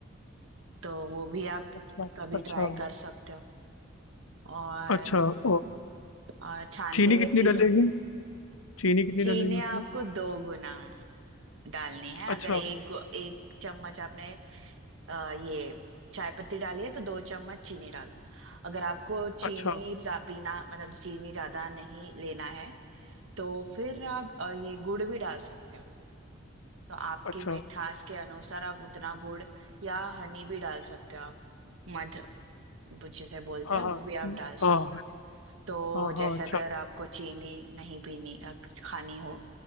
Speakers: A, on the right (about 70°); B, on the left (about 85°).
A: तो वो भी आप
B: अच्छा
A: कभी
B: अच्छा
A: ट्राई कर सकते हो और
B: अच्छा और
A: और छान
B: चीनी
A: के
B: कितनी
A: पी
B: डलेगी
A: लो
B: चीनी
A: चीनी
B: कितनी डलेगी
A: आपको
B: उसमें
A: दो गुना डालनी है
B: अच्छा
A: अगर एक गो- एक चम्मच आपने अ, ये चाय पत्ती डाली है तो दो चम्मच चीनी डालो अगर आपको चीनी
B: अच्छा
A: जा- पीना मतलब चीनी ज्यादा नहीं लेना है तो फिर आप अ, ये गुड़ भी डाल सकते हो तो आपकी
B: अच्छा
A: मिठास के अनुसार आप उतना गुड़ या हनी भी डाल सकते हो आप मध बु- जिसे बोलते
B: हाँ
A: हैं
B: हाँ
A: वो भी आप
B: हम्म,
A: डाल सकते
B: हाँ हाँ
A: हो तो
B: हाँ हाँ,
A: जैसे
B: अच्छा
A: अगर आपको चीनी नहीं पीनी अ, खानी हो